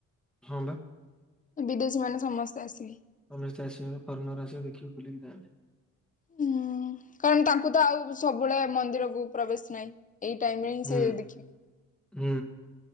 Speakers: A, in the centre; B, on the left.
A: ହଁ ବା
B: ବିଦେଶୀ ମାନେ ସମସ୍ତେ ଆସିବେ।
A: ସମସ୍ତେ ଆସିବାରେ ଫରେନର ଆସିବେ ଦେଖିବେ ବୁଲିକି ଯାଆନ୍ତି।
B: ହୁଁ କାରଣ ତାଙ୍କୁ ତ ଆଉ ସବୁବଳେ ମନ୍ଦିରକୁ ପ୍ରବେଶ ନାଇଁ। ଏଇ ଟାଇମ ରେ ହିଁ
A: ହୁଁ
B: ସେ ଦେଖିବେ।
A: ହୁଁ।